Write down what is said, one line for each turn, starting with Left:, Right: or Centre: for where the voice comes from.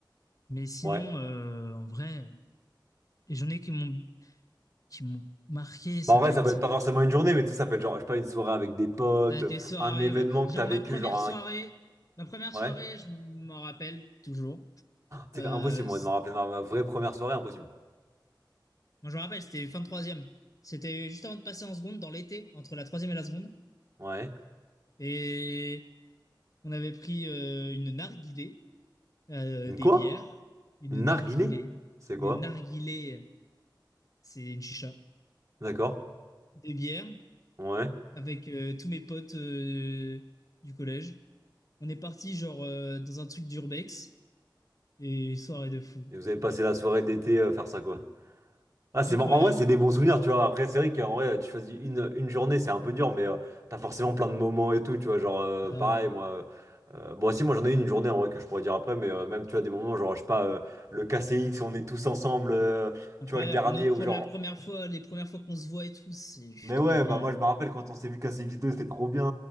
Left: Mais sinon,
Right: Ouais.
Left: euh, en vrai, les journées qui m'ont qui m'ont marqué, ça
Right: Bah, en vrai,
Left: va être,
Right: ça peut être
Left: euh,
Right: pas forcément une journée, mais tu sais, ça peut être genre, je sais pas, une soirée avec des potes,
Left: ça va être des soirées,
Right: un événement
Left: ouais.
Right: que
Left: Genre
Right: t'as vécu,
Left: ma première
Right: genre un
Left: soirée, ma première
Right: Ouais.
Left: soirée, je m'en rappelle toujours.
Right: C'est
Left: Euh,
Right: impossible, moi,
Left: c-
Right: de me rappeler ma, ma vraie première soirée, impossible.
Left: moi, je me rappelle, c'était fin de troisième. C'était juste avant de passer en seconde, dans l'été, entre la troisième et la seconde.
Right: Ouais.
Left: Et On avait pris euh, une narguilé, euh,
Right: Une
Left: des
Right: quoi?
Left: bières. Une
Right: Une
Left: narguilé.
Right: narguinée? C'est quoi?
Left: Une narguilé, c'est une chicha.
Right: D'accord.
Left: Des bières
Right: Ouais.
Left: avec euh, tous mes potes euh, du collège. On est parti genre euh, dans un truc d'urbex et soirée de fou.
Right: Et vous avez passé la soirée d'été euh, faire ça, quoi. Ah, c'est
Left: Incroyable.
Right: marrant. En vrai, c'est des bons souvenirs, tu vois. Après, c'est vrai qu'en vrai, tu choisis une, une journée, c'est un peu dur, mais euh, t'as forcément plein de moments et tout, tu vois. Genre, euh,
Left: Ah
Right: pareil,
Left: ouais.
Right: moi. euh, euh, bon, si, moi, j'en ai une, une journée, en vrai, que je pourrais dire après, mais euh, même, tu vois, des moments, genre, je sais pas, euh, le KCX, on est tous ensemble, euh,
Left: Incroyable.
Right: tu vois, le dernier,
Left: Notre,
Right: ou
Left: pour
Right: genre.
Left: la première fois, les premières fois qu'on se voit et tout, c'est je
Right: Mais
Left: suis trop
Right: ouais,
Left: bien
Right: bah moi
Left: là.
Right: je me rappelle quand on s'est vu casser X2, c'était trop bien